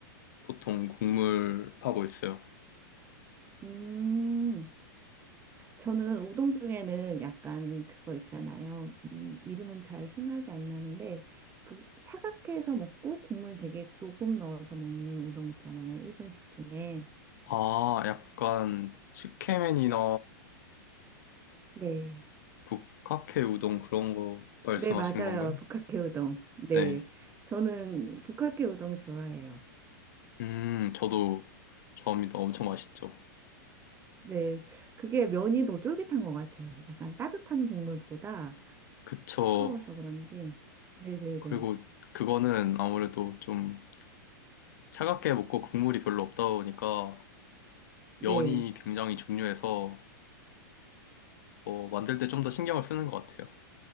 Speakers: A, on the left; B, on the right.
A: 보통 국물 하고 있어요.
B: 음, 저는 우동 중에는 약간 그거 있잖아요. 음, 이름은 잘 생각이 안 나는데 그 차갑게 해서 먹고 국물 되게 조금 넣어서 먹는 우동 있잖아요. 일본식 중에.
A: 아, 약간 츠케맨이나
B: 네.
A: 북카케 우동 그런 거 말씀하시는
B: 네, 맞아요.
A: 건가요?
B: 북학회 우동. 네.
A: 네.
B: 저는 북학회 우동 좋아해요.
A: 음, 저도 좋아합니다. 엄청 맛있죠.
B: 네. 그게 면이 더 쫄깃한 것 같아요. 약간 따뜻한 국물보다
A: 그쵸.
B: 차가워서 그런지. 네네네.
A: 그리고 그거는 아무래도 좀 차갑게 먹고 국물이 별로 없다 보니까
B: 네.
A: 면이 굉장히 중요해서 어, 만들 때 좀 더 신경을 쓰는 것 같아요.